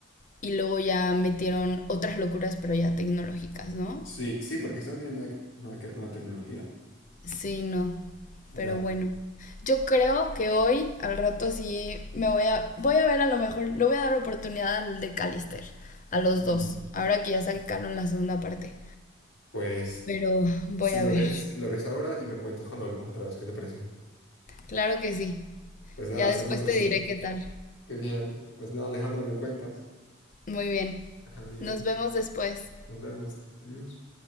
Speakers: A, on the left; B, on the left.
A: y luego ya metieron otras locuras, pero ya tecnológicas, ¿no?
B: Sí, sí, porque esto no tiene nada, que- nada que ver con la tecnología.
A: Sí, no.
B: Ya.
A: Pero bueno. Yo creo que hoy, al rato, sí me voy a. Voy a ver a lo mejor. Le voy a dar oportunidad al de Callister. A los
B: Mm,
A: dos. Ahora que ya sacaron la segunda parte.
B: Pues
A: Pero voy
B: si
A: a
B: lo
A: ver.
B: ves, lo ves ahora y me cuentas cuando hablemos otra vez. ¿Qué te parece?
A: Claro que sí.
B: Pues nada,
A: Ya
B: hacemos
A: después
B: eso.
A: te diré qué tal.
B: Genial. Pues nada, Alejandra, me cuentas.
A: Muy bien.
B: Adiós.
A: Nos vemos después.
B: Nos vemos. Adiós.